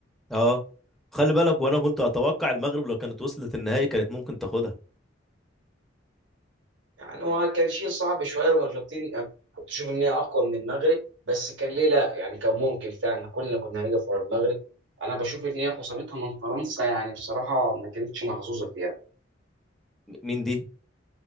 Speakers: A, in the centre; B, on the right.
A: اه خلي بالك وانا كنت اتوقع المغرب لو كانت وصلت النهائي كانت ممكن تاخدها
B: يعني هو كان شيء صعب شويه الارجنتين أنا كنت اشوف ان هي اقوى من المغرب بس كان ليه لا يعني كان ممكن فعلا كلنا كنا هنقف ورا المغرب انا بشوف ان هي خسارتها من فرنسا يعني بصراحه ما كانتش محظوظه فيها
A: م- مين دي